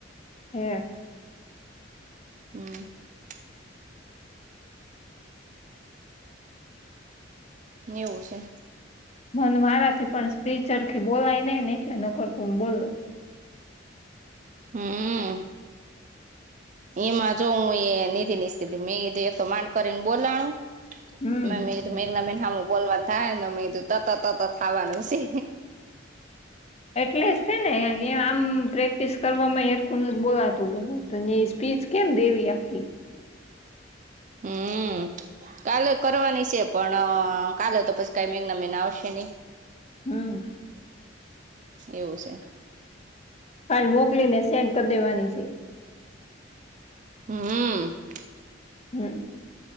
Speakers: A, on the left; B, on the right.
A: હે
B: હમ <unintelligible> એવું છે.
A: મન મારા થી પણ સ્પીચરથી બોલાય નઈ ને એટલે નોકરતું હું બોલ
B: હમ એમાં જો હું એધિ સ્ક મેંધું એક માંડ કરીને બોલાનું
A: હમ
B: મે <unintelligible> મેંઘના બેન હામુ બોલવાનું થાયને મેધું તત તતત ખાવાનું છે.
A: એટલે જ થ ને આમ પ્રેક્ટિસ કરવામાં હેરખુ નથ બોલાતું હું તો ન્યા ઈ- સ્પીચ કેમ દેવી આખી- <inaudible>
B: હમ કાલે કરવાની છે પણ કાલે તો પછ કઈ મેઘના મેિના આવશે નહી-
A: હમ-
B: એવું છે-
A: ફાઇલ મોકલી ને સેન્ડ કરી દેવાની છે.
B: હમ
A: હમ